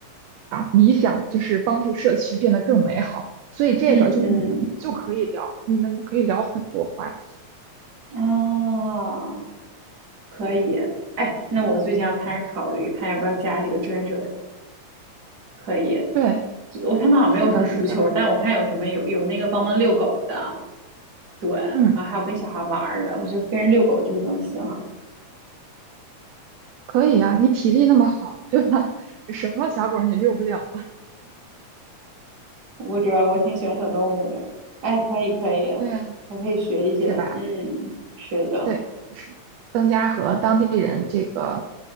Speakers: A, on the right (about 80°); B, on the right (about 35°).
A: 理想就是帮助社区变得更美好。所以这个就是你们就可以聊，
B: 嗯
A: 你们可以聊很多话题。
B: 嗯，啊。可以，哎，那我最近要开始考虑，看要不要加几个志愿者。可以，
A: 对，
B: 我他们好像没有什么足球，
A: 是的，是的，
B: 但我看有什么有有那个帮忙遛狗的，对，
A: 嗯，
B: 啊，还有跟小孩玩儿的，我觉得跟人遛狗这种行。
A: 可以啊，你体力那么好，对吧？<laughs> 什么小狗你遛不了啊？
B: 我主要我挺喜欢小动物的，哎，可以可以，
A: 对呀，
B: 还可以学一些，
A: 是吧？
B: 嗯，是的，
A: 对，就是增加和当地人这个